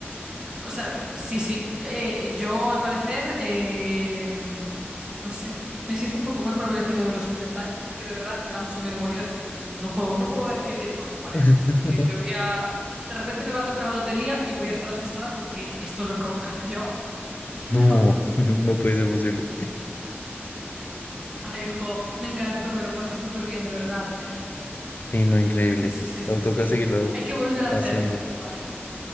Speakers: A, on the right (about 20°); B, on the left (about 45°).
A: O sea, sí, sí. Eh, yo, al parecer, eh, no sé, me siento un poco mal por haber elegido de los 80 años, porque de verdad que me da mucho miedo morir, así que no puedo, no puedo decidir los 40,
B: <laughs>
A: porque me voy a... De repente me va a tocar la lotería y voy a estar asustada con que esto lo he provocado yo. <laughs> Y si
B: No,
A: No, no, no.
B: <laughs> no puede ser posible.
A: Ay, hijo, me encantó, me lo pasé súper bien, de verdad, ¿eh?
B: Sí, no, increíble.
A: Sí, sí, sí,
B: Pero
A: sí,
B: toca
A: sí.
B: seguirlo
A: Hay que volver a hacerlo,
B: haciendo.
A: ¿vale?